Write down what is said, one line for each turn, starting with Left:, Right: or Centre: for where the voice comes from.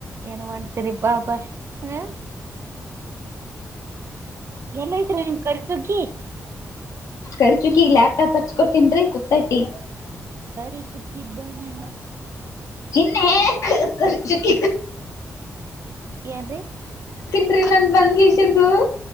Right: ನ ಮಾಡಟ ತಿ್ರೀಪಾಪ ಹ ಎಲ್ಲ ಐತ್ ನಿಮ್ ಕರಿತುಕಿ
Left: ಕರ್ ಚುಕಿ ಈಗ ಲ್ಯಾಪ್ಟಾಪ್ ಹಚ್ಕೊತನ್ರಿ ಗೊತ್ತೈತಿ
Right: ಸರಿ ಸುಕ್ಕಿಬ್ಬ ನಿ
Left: ಇನ್ನ ಹ ಕುರ್ ಚುಕ್ಕ
Right: ಏನ್ರೀ
Left: ರಿ ನನ್ ಬನಕೆ ಸಿಂಧು